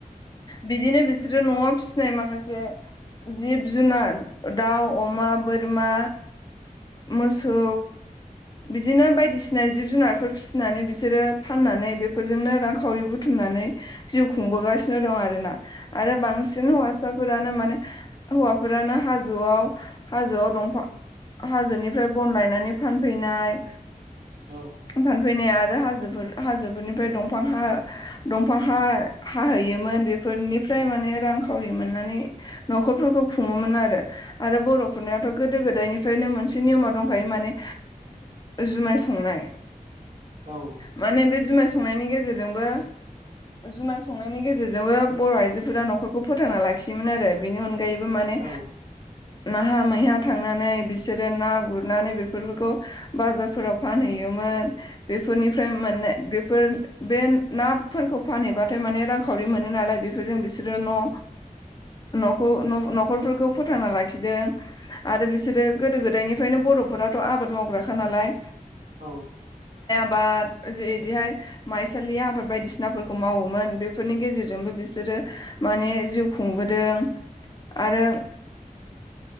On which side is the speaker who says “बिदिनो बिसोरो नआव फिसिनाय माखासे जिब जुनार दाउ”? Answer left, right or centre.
Left